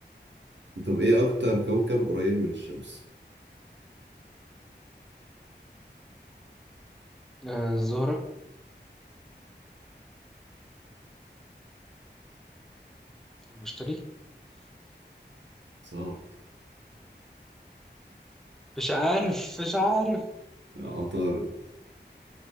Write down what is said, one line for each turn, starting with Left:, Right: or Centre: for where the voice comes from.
Right: طب ايه اكتر كوكب قريب من الشمس؟
Centre: آه، الزهرة المشتري
Right: صعب
Centre: مش عارف مش عارف
Right: عطارد <laughs>